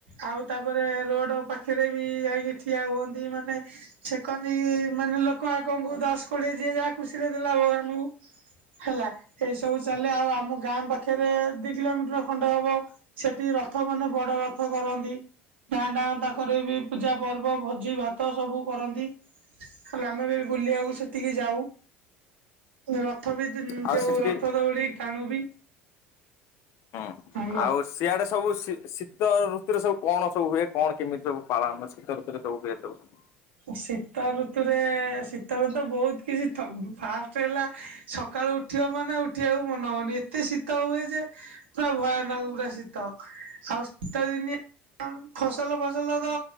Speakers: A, on the right (about 70°); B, on the left (about 45°).
A: ଆଉ ତାପରେ ରୋଡ ପାଖରେ ବି ଯାଇକି ଠିଆ ହୁଅନ୍ତି। ମାନେ ଛେକନି ମାନେ ଲୋକ ଆଗଙ୍କୁ ଦଶ କୋଡିଏ ଯିଏ ଯାହା ଖୁସିରେ ଦେଲା ଭଗବାନଙ୍କୁ। ହେଲା। ଏଇ ସବୁ ଚାଲେ ଆଉ ଆମ ଗାଁ ପାଖରେ ଦି କିଲୋମିଟର ଖଣ୍ଡେ ହବ ସେଠି ରଥ ମାନେ ବଡ ରଥ କରନ୍ତି। ଗାଁଟା ଆଙ୍କ ତାଙ୍କର ବି ପୂଜା ପର୍ବ ଭୋଜି ଭାତ ସବୁ କରନ୍ତି। ହେଲେ ଆମେ ବି ବୁଲିବାକୁ ସେଠିକି ଯାଉ। ରଥ ବି
B: ଆଉ
A: ଯୋଉ
B: ସେଠି
A: ରଥ ଦଉଡି ଟାଣୁ ବି।
B: ହୁଁ
A: ଭଲ
B: ଆଉ ସ ସିଆଡେ ସବୁ ଶୀ ଶୀତ ଋତୁରେ ସବୁ କଣ ସବୁ ହୁଏ, କଣ କେମିତି ସବୁ ପାଳନ ମାନେ ଶୀତ ଋତୁରେ ସବୁ ହୁଏ ସବୁ?
A: ଶୀତ ଋତୁରେ ଶୀତଋତୁ ବହୁତ କିଛି ଫାଷ୍ଟ ହେଲା ସକାଳୁ ଉ ଉଠିିବ ମାନେ ଉଠିବାକୁ ମନ ହବନି ଏତେ ଶୀତ ହୁଏ ଯେ ପୁରା ଭୟାନକ ପୁରା ଶୀତ ଆଉ ଶୀତ ଦିନେ ଫସଲ ଫସଲ ତ